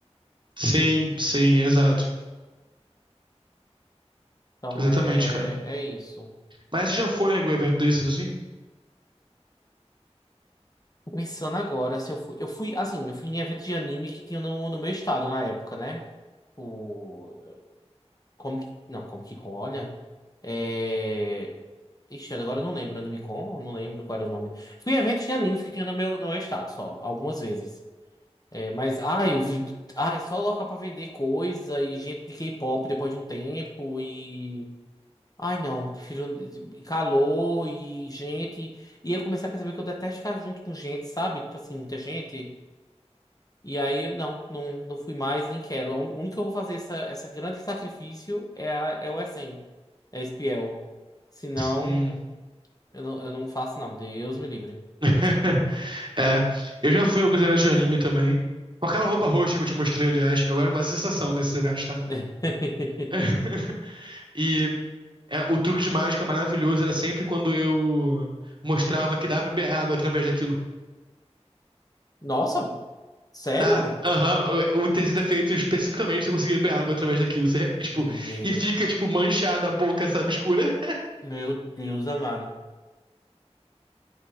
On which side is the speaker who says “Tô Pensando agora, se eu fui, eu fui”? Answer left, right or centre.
Left